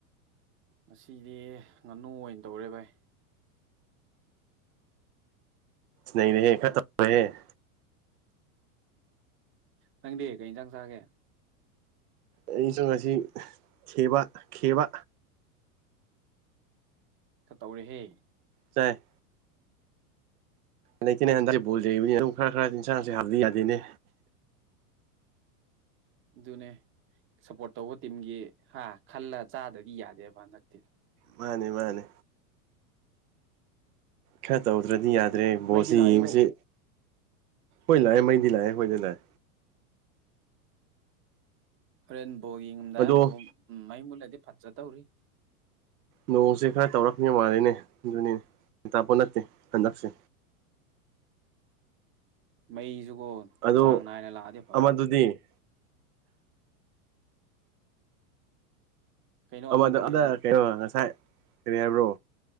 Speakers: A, on the right; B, on the right.
A: ꯉꯁꯤꯗꯤ ꯉꯥꯅꯨ ꯑꯣꯏꯅ ꯇꯧꯔꯦ ꯚꯥꯏ
B: ꯅꯩꯔꯦꯍꯦ ꯈꯔ ꯇꯧꯔꯦꯍꯦ
A: ꯅꯪꯗꯤ ꯀꯩ ꯌꯦꯟꯁꯥꯡ ꯆꯥꯒꯦ
B: ꯑꯩꯁꯨ ꯉꯁꯤ ꯈꯦꯕ ꯈꯦꯕ
A: ꯈꯔ ꯇꯧꯔꯦꯍꯦ
B: ꯇꯥꯏ ꯂꯩꯇꯦꯅꯦ ꯍꯟꯗꯛ ꯕꯣꯜꯌꯦꯕꯒꯤ ꯑꯗꯨꯝ ꯈꯔ ꯈꯔ ꯆꯥꯁꯦ ꯍꯥꯕꯗꯤ ꯌꯥꯗꯦꯅꯦ
A: ꯑꯗꯨꯅꯦ ꯁꯞꯄꯣꯔꯠ ꯇꯧꯕ ꯇꯤꯝꯒꯤ ꯍꯥ ꯈꯜꯂ ꯆꯥꯗ꯭ꯔꯗꯤ ꯌꯥꯗꯦꯕ ꯍꯟꯗꯛꯇꯤ
B: ꯃꯥꯅꯦ ꯃꯥꯅꯦ ꯈꯔ ꯇꯧꯗ꯭ꯔꯗꯤ ꯌꯥꯗ꯭ꯔꯦ ꯕꯣꯜꯁꯤ
A: ꯃꯩꯗꯤ
B: ꯌꯦꯡꯕꯁꯤ
A: ꯂꯥꯛꯏꯀꯣ
B: ꯍꯣꯏ ꯂꯥꯛꯑꯦ ꯃꯩꯗꯤ ꯂꯥꯛꯑꯦ ꯍꯣꯏꯗꯤ ꯂꯥꯛꯑꯦ
A: ꯍꯣꯔꯦꯟ ꯕꯣꯜ ꯌꯦꯡꯉꯝꯗ
B: ꯑꯗꯣ
A: ꯕꯣ ꯃꯩ ꯃꯨꯠꯂꯗꯤ ꯐꯖꯗꯧꯔꯤ
B: ꯅꯣꯡꯁꯦ ꯈꯔ ꯇꯧꯔꯛꯅꯤ ꯃꯥꯜꯂꯤꯅꯦ ꯑꯗꯨꯅꯤꯅꯦꯇꯥꯄꯣꯠ ꯅꯠꯇꯦ ꯍꯟꯗꯛꯁꯦ
A: ꯃꯩꯁꯨꯀꯣ
B: ꯑꯗꯣ
A: ꯆꯥꯡ ꯅꯥꯏꯅ ꯂꯥꯛꯑꯗꯤ ꯐꯕ
B: ꯑꯃꯗꯨꯗꯤ
A: ꯀꯩꯅꯣ ꯑꯃꯗꯨꯗꯤ
B: ꯗ ꯑꯗ
A: ꯍꯥꯏꯗꯤ
B: ꯀꯩꯅꯣ ꯉꯁꯥꯏ ꯀꯔꯤ ꯍꯥꯏꯕ꯭ꯔꯣ